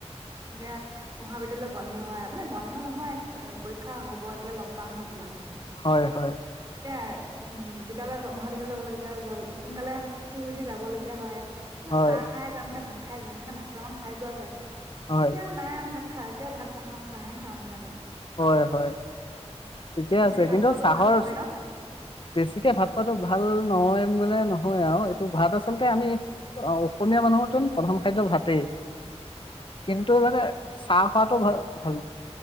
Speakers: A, on the right; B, on the left.
A: এতিয়া মহাবিদ্যয়ালয় বন্ধ হয় মানে বন্ধ নহয় পৰীক্ষা হ'ব এতিয়া লগ পাম ন তোমাক তেতিয়া
B: হয় হয়
A: এতিয়া উম বিদ্যালয়ৰ মহাবিদ্যয়ালয় গলে যেতিয়া জল সোনকালে শুই উঠি যাব লগগীয়া হয় য়া
B: হয়
A: চাহ খাই যাম নে ভাত ভ খাই যায় মান কাৰণে ভাতকেইটামান খাই যোৱা যায়
B: হয়
A: এতিয়া নাই অঁ ভাত খা এতিয়া ভাত নাখাওঁ চাহে খাওঁ সেইকাৰণে
B: হয় হয় ঠিকে
A: বেছিকে
B: আছে
A: ভাত
B: কিন্তু
A: খোৱাটোও
B: চাহৰ
A: ভাল নহয় ন
B: বেছিকে ভাত খোৱাটো ভাল নহয় বোলে নহয় আৰু এইটো ভাত আচলতে আমি অসমীয়া মানুহৰ প্ৰধান খাদ্য ভাতেই কিন্তু মানে চাহ খোৱাটো ভাল ভাল